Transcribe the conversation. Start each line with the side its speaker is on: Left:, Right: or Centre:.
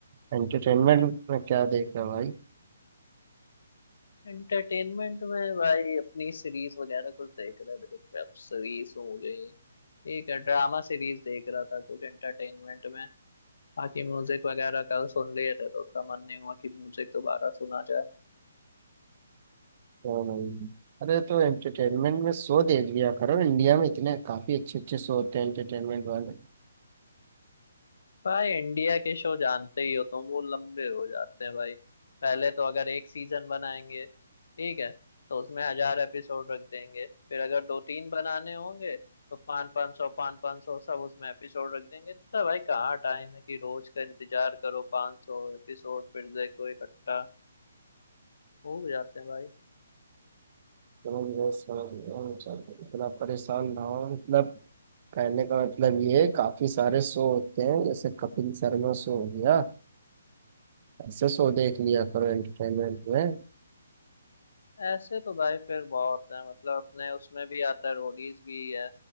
Right: एंटरटेनमेंट में क्या देख रहे हो भाई
Left: एंटरटेनमेंट में भाई अपनी सीरीज वगैरह कुछ देख रहे थे कुछ वेब सीरीज हो गई ठीक है ड्रामा सीरीज देख रहा था कुछ एंटरटेनमेंट में बाकी म्यूजिक वगैरह कल सुन लिए थे तो उतना मन नहीं हुआ कि म्यूजिक दोबारा सुना जाए
Right: ओ भाई अरे तो एंटरटेनमेंट में शो देख लिया करो इंडिया में इतने काफी अच्छे अच्छे शो होते हैं एंटरटेनमेंट वाले
Left: भाई इंडिया के शो जानते ही हो तुम वो लंबे हो जाते हैं भाई पहले तो अगर एक सीजन बनाएंगे ठीक है तो उसमें हजार एपिसोड रख देंगे फिर अगर दो तीन बनाने होंगे तो पाँच पाँच सौ पाँच पाँच सौ सब उसमें एपिसोड रख देंगे तो भाई कहाँ टाइम है कि रोज का इंतजार करो पाँच सौ एपिसोड फिर देखो इकट्ठा हो जाते हैं भाई
Right: समझ गए समझ गए चलो, इतना परेशान ना हो मतलब कहने का मतलब ये है काफी सारे शो होते हैं जैसे कपिल शर्मा शो हो गया ऐसे शो देख लिया करो एंटरटेनमेंट में
Left: ऐसे तो भाई फिर बहुत है मतलब अपने उसमें भी आता है रोडीज भी है